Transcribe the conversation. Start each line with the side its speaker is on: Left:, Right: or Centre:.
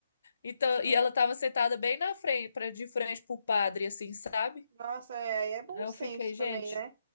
Left: Então, e
Right: É.
Left: ela tava sentada bem na frente, pra, de frente pro padre, assim, sabe?
Right: Nossa, é, aí é bom
Left: Aí
Right: senso
Left: eu fiquei, gente,
Right: também, né?